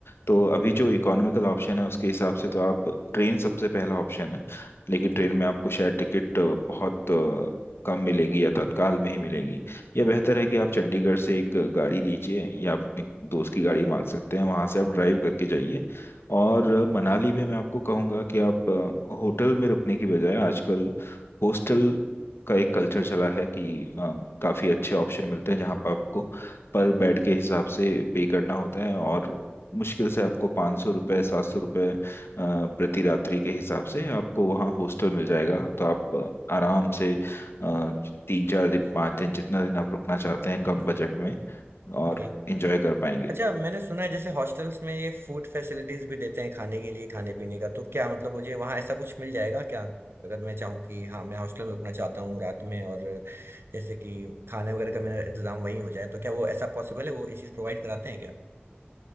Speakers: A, on the left (about 80°); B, on the right (about 75°).
A: तो अभी
B: हम्म
A: जो इकोनॉमिकल ऑप्शन है उसके हिसाब से तो आप ट्रेन सबसे पहला ऑप्शन है लेकिन ट्रेन में आपको शायद टिकट बहुत अ, कम मिलेंगी या तत्काल में ही मिलेंगी या बेहतर है कि आप चंडीगढ़ से एक गाड़ी लीजिए या आप अपने दोस्त की गाड़ी मांग सकते हैं वहां से आप ड्राइव करके जाइए और अ, मनाली में मैं आपको कहूँगा कि आप अ, होटल में रुकने की बजाय आजकल हॉस्टल का एक कल्चर चला है कि अ, काफी अच्छे ऑप्शन मिलते हैं जहाँ पर आपको पर बेड के हिसाब से पे करना होता है और मुश्किल से आपको पाँच सौ रुपये सात सौ रुपये प्रति रात्रि के हिसाब से आपको वहाँ हॉस्टल मिल जाएगा तो आप अ, आराम से तीन चार दिन पाँच दिन जितना दिन आप रुकना चाहते हैं
B: <clears throat>
A: कम बजट में
B: ओके
A: और इंजॉय कर पाएंगे
B: अच्छा मैंने सुना है जैसे हॉस्टल्स में ये फूड फैसिलिटीज भी देते हैं खाने के लिए खाने पीने का तो क्या मतलब मुझे वहाँ ऐसा कुछ मिल जाएगा क्या अगर मैं चाहूँ कि हाँ मैं हॉस्टल में रुकना चाहता हूँ रात में और जैसे कि खाने वगैरह का मेरा इंतजाम वहीं हो जाए तो क्या वो ऐसा पॉसिबल है वो इसी प्रोवाइड कराते हैं क्या